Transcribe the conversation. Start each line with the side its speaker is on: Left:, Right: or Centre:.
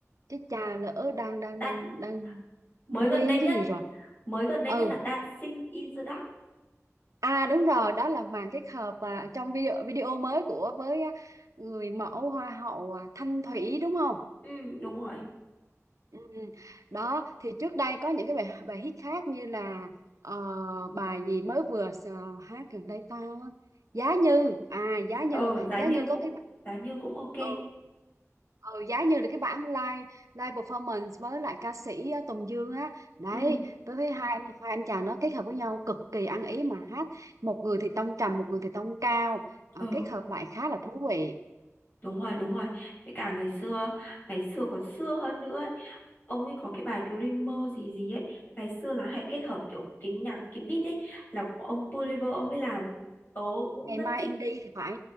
Right: chứ cha lỡ đang đang
Left: Đan
Right: đang đang
Left: mới
Right: quên
Left: gần đây nhất,
Right: cái gì rồi
Left: mới gần đây
Right: ừ
Left: nhất là Dancing in the Dark.
Right: À đúng rồi, đó là màn kết hợp à, trong video video mới của với à, người mẫu hoa hậu à, Thanh Thủy đúng không?
Left: Ừ, đúng rồi.
Right: Ừ. Đó thì trước đây có những cái bài bài hit khác như là ờ, bài gì mới vừa s- hát gần đây ta giá như à giá như
Left: ờ giá
Right: giá
Left: như
Right: như
Left: cũng
Right: có cái
Left: giá như cũng ok
Right: ừ, ừ giá như là cái bản live live performance với lại ca sĩ ờ, Tùng Dương á đấy
Left: ừ
Right: tôi thấy hai anh hai anh chàng đó kết hợp với nhau cực kỳ ăn ý mà hát một người thì tông trầm một người thì tông cao Ờ,
Left: ờ
Right: kết hợp lại khá là thú vị
Left: đúng rồi đúng rồi với cả ngày xưa ngày xưa còn xưa hơn nữa ấy. ông ấy có cái bài Dreamer gì gì ấy ngày xưa là hay kết hợp kiểu cái nhạc cái beat ấy là của ông Tuliver ông ấy làm tớ cũng
Right: ngày
Left: rất
Right: mai
Left: thích
Right: em đi thì phải